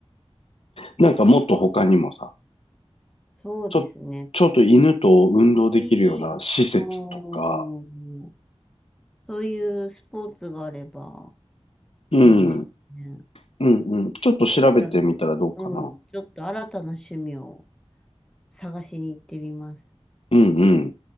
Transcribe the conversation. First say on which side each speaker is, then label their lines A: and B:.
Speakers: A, on the left; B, in the centre.
A: なんかもっと他にもさ、
B: そうですね。
A: ちょ、ちょっと犬と運動できるような施設とか、
B: いい。おー。そういうスポーツがあれば
A: うん、
B: いいですね。
A: うん、うん。ちょっと調べてみたらどうかな。
B: じゃあ、うん。ちょっと新たな趣味を探しに行ってみます。
A: うん、うん。